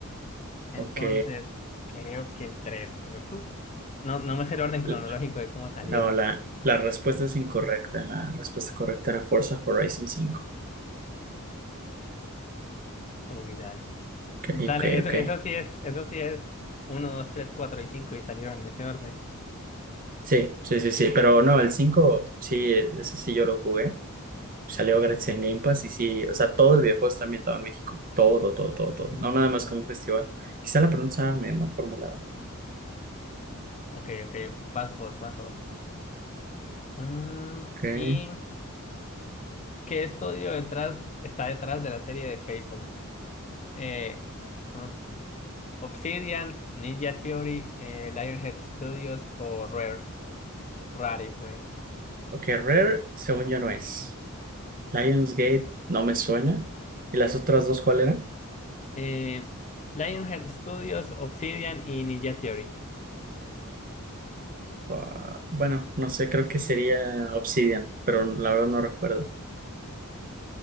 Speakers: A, on the left (about 30°); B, on the right (about 40°).
A: Entonces,
B: ok.
A: creo que el 3 pero mm, no, no me sé el orden cronológico
B: L-
A: de cómo salieron.
B: No, la, la respuesta es incorrecta. La respuesta correcta era Forza Horizon cinco
A: Uy, dale.
B: Ok,
A: Dale,
B: ok,
A: eso,
B: ok.
A: eso sí es, eso sí es uno 2 3 4 y 5 y salieron en ese orden.
B: Sí, sí, sí, sí, pero no, el 5 sí, e-, ese sí yo lo jugué, salió gratis en Game Pass y sí, o sea, todo el videojuego está ambientado en México, todo, todo, todo, todo,
A: No,
B: no nada
A: ok.
B: más como un festival. Quizá la pregunta estaba medio mal formulada.
A: Ok, ok, vas vos, vas vos. Mm,
B: Ok,
A: ¿y qué estudio detrás está detrás de la serie de Fable? Eh, R- Obsidian, Ninja Theory, eh, Lionhead Studios o Rare, Rare, pues.
B: ok, Rare, según yo no es. Lionsgate no me suena. ¿Y las otras dos cuál eran?
A: Eh, Lionhead Studios, Obsidian y Ninja Theory.
B: Ah, bueno, no sé, creo que sería Obsidian, pero la verdad no recuerdo.